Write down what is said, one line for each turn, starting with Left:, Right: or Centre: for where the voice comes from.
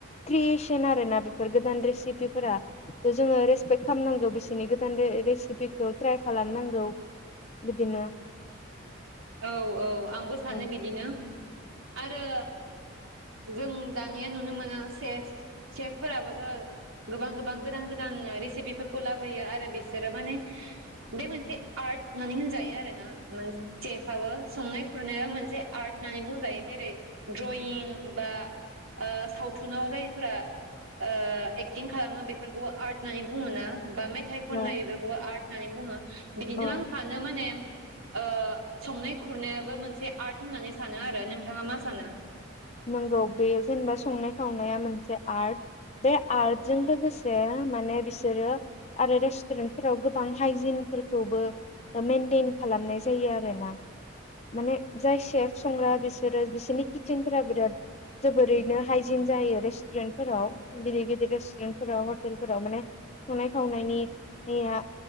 Left: क्रिएसन आरो ना बेफोर गोदान रेसिपिफोरा जोङो रेसपेक्ट खालामनांगौ बिसोरनि गोदान रेसिपिखौ ट्राइ खालामनांगौ बिदिनो
Right: औ औ आंबो सानो
Left: औ
Right: बिदिनो आरो जों दानिया नुनो मोनो सेफ सेफफोराबोथ' गोबां गोबां गोदान गोदान रेसिपिफोरखौ लाबोयो आरो बिसोरो माने बे मोनसे आर्ट होननानै होनजायो आरो ना सेफ आबो संनाय खुरनाया मोनसे आर्ट होननानैबुंजायो जेरै दड्रयिं बा आ सावथुनाव जायफोरा आ एक्टिं खालामो बेफोरखौबो आर्ट होननानै बुङो ना बा मेथाइ खननाय
Left: औ
Right: बेफोरखौबो आर्ट होननानै बुङो बिदिनो
Left: औ
Right: आं सानो माने अ संनाय खुरनायाबो मोनसे आर्ट होननानै सानो आरो नोंथाङा मा सानो?
Left: नंगौ बे जेनेबा संनाय खावनाया मोनसे आर्ट बे आर्टजों लोगोसे माने बिसोरो आरो रेस्टुरेन्टफोराव गोबां हाइजिनफोरखौबो मेइेनटेन खालामनाय जायो आरो ना माने जाय सेफ संग्रा बिसोरो बिसोरनि किसेन फोरा बिराद जोबोरैनो हाइजिन जायो रेस्टुरेन्टफोराव गिदिर गिदिर रेस्टुरेन्टफोराव हटेलफोराव माने संनाय खावनायनि निया